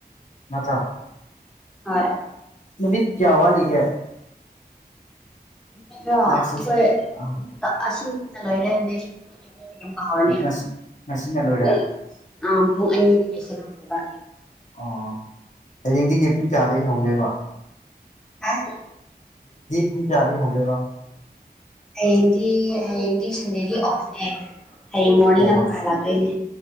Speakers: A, on the left; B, in the centre.
A: ꯅꯠꯇ꯭ꯔ
B: ꯍꯣꯏ
A: ꯅꯨꯃꯤꯠ ꯀ꯭ꯌꯥ ꯋꯥꯠꯂꯤꯒꯦ
B: ꯃꯤꯠꯔꯣ
A: ꯅꯥꯏꯠ
B: ꯑꯩꯈꯣꯏ
A: ꯁꯤꯐ
B: ꯑꯁꯤꯅ ꯂꯣꯢꯔꯦ <unintelligible> ꯑꯃꯨꯛꯀ ꯍꯧꯔꯅꯤ
A: ꯉꯁꯤ ꯉꯁꯤꯅ ꯂꯣꯏꯔꯦ
B: ꯄꯨꯡ ꯑ ꯄꯨꯡ ꯑꯅꯤꯗꯒꯤ ꯁꯦꯚꯦꯟꯐꯥꯎꯕ
A: ꯑꯣ ꯍꯌꯦꯡꯗꯒꯤ ꯄꯨꯡ ꯀꯌꯥꯗꯒꯤ ꯍꯧꯗꯣꯢꯕ
B: ꯑ
A: ꯄꯨꯡ ꯀ꯭ꯌꯥꯗꯩ ꯍꯧꯗꯣꯢꯕ
B: ꯍꯌꯦꯡꯗꯤ ꯍꯌꯦꯡꯗꯤ ꯁꯟꯗꯦꯗꯤ ꯑꯣꯐꯅꯦ ꯍꯌꯦꯡ ꯃꯣꯔꯅꯤꯡꯗ
A: ꯑꯣ
B: ꯑꯃꯨꯛꯀ ꯍꯜꯂꯥꯛꯇꯣꯏꯅꯦ